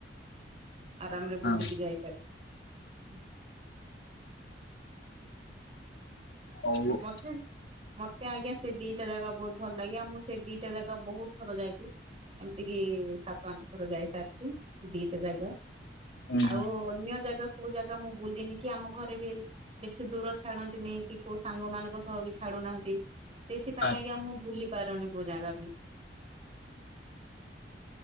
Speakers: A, on the right (about 35°); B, on the left (about 75°).
A: ଆରାମରେ
B: ହଁ
A: ବୁଲିକି ଯାଇପାରିବେ।
B: ହଉ। ଉଁ
A: ହଚ୍ <unintelligible> ମତେ ଆଜ୍ଞା ସେ ଦିଟା ଜାଗା ବହୁତ୍ ଭଲ ଲାଗେ। ଆଉ ମୁଁ ସେ ଦିଟା ଜାଗା ବହୁତ୍ ଥର ଯାଇଛି। ଏମିତି କିି ସାତ ଆଠ ଥର ଯାଇସାରିଛି ଦିଟା ଜାଗା।
B: ହୁଁ
A: ଆଉ ଅନ୍ୟ ଜାଗାକୁ କୋଉ ଜାଗା ମୁଁ ବୁଲିନି କି ଆମ ଘରେ ବି ବେଶୀ ଦୂର ଛାଡନ୍ତିନି କି କୋଉ ସାଙ୍ଗ ମାନଙ୍କ ସହ ବି ଛାଡୁନାହାନ୍ତି। ସେଇଥିପାଇଁ
B: ଆଚ୍ଛା
A: ଆଜ୍ଞା ମୁଁ ବୁଲି ପାରୁନି କୋଉ ଜାଗା ବି।